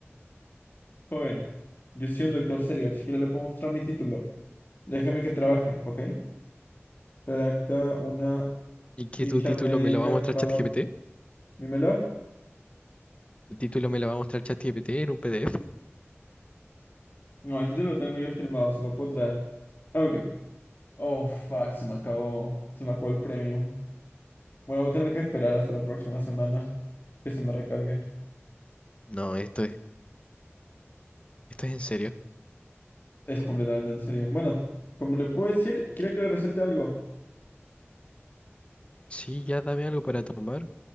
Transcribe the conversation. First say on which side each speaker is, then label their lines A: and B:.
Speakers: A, on the left; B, on the left.
A: Joven, yo soy un doctor serio, siquiera le puedo mostrar mi título. Déjame que trabaje, ¿ok? Redacta una
B: ¿Y que
A: ficha
B: tu título
A: médica
B: me lo va a mostrar
A: para...
B: ChatGPT?
A: f- Dímelo.
B: ¿Tu título me lo va a mostrar ChatGPT en un PDF?
A: No, el título lo tengo yo firmado, se lo puedo traer. Ah, Ok. Oh, fuck, se me acabó, se me acabó el premium. Bueno, voy a tener que esperar hasta la próxima semana que se me recargue.
B: No, esto es, esto es en serio.
A: Es completamente en serio. Bueno, como le puedo decir, quiere que le recete algo,
B: Sí, ya dame algo para tomar.